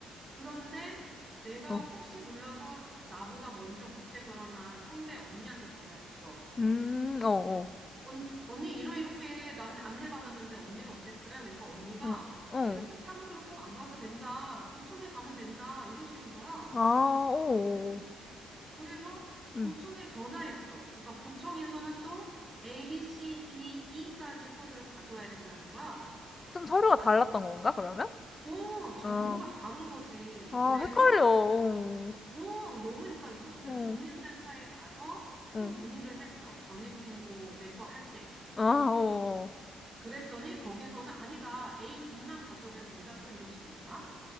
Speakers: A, on the right; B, on the left.
A: 그런데 내가
B: 어. 어.
A: 혹시 몰라서 나보다 먼저 국제 결혼한 선배 언니한테 전화했어.
B: 음, 어, 어.
A: 언, 언니 이러 이렇게 난 안내받았는데 언니는 어땠어요? 그러니까 언니가
B: 응, 응.
A: 출입국 사무소로 꼭 안 가도 된다. 구청에 가면 된다. 이러시는 거야.
B: 아, 어, 어, 어.
A: 그래서 구청에
B: 응.
A: 전화했어. 그러니까 구청에서는 또 A, B, C, D, E까지 서류를 가져와야 된다는 거야.
B: 좀 서류가 달랐던 건가, 그러면?
A: 어, 정보가
B: 어.
A: 다른 거지.
B: 아,
A: 그래서
B: 헷갈려. 어,
A: 어, 너무 헷갈려서. 그래서
B: 어,
A: 주민센터에 가서 또
B: 어.
A: 문의를 했어. 전입신고 내 거 할 때.
B: 아, 어, 어.
A: 그랬더니 거기서는 아니다. A, B만 가져오면 된다. 또 이러시는 거야.